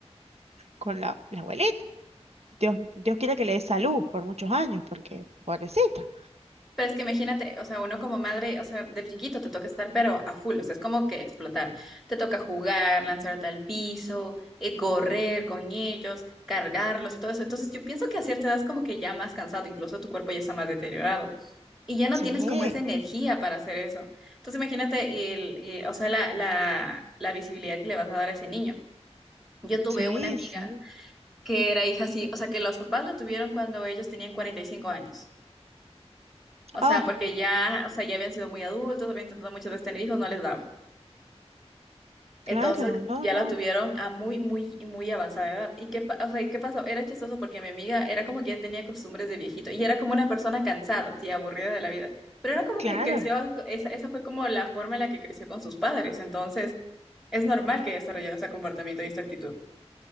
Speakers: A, on the right; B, in the centre.
A: con la, la abuelita. Dios, Dios quiere que le dé salud por muchos años, porque pobrecita.
B: Pero es que imagínate, o sea, uno como madre, o sea, de chiquito te toca estar, pero a full, o sea, es como que explotar. Te toca jugar, lanzarte al piso, eh, correr con ellos, cargarlos y todo eso. Entonces, yo pienso que a cierta edad es como que ya más cansado, incluso tu cuerpo ya está más deteriorado y ya no
A: Sí,
B: tienes como esa energía para hacer eso. Entonces, imagínate, el, eh, o sea, la, la, la visibilidad que le vas a dar a ese niño. Yo tuve
A: sí,
B: una amiga
A: sí.
B: que era hija así, o sea, que los papás la tuvieron cuando ellos tenían 45 años. O
A: Oh,
B: sea, porque ya, o sea, ya habían sido muy adultos, habían intentado muchas veces tener hijos, no les daba. Entonces
A: claro, no,
B: ya
A: no,
B: la tuvieron a muy, muy, muy avanzada edad. ¿Y qué, pa- o sea, ¿y qué pasó? Era chistoso porque mi amiga era como que ya tenía costumbres de viejito y era como una persona cansada, así, aburrida de la vida. Pero era como
A: claro.
B: que creció, esa, esa fue como la forma en la que creció con sus padres. Entonces es normal que desarrollara ese comportamiento y esta actitud.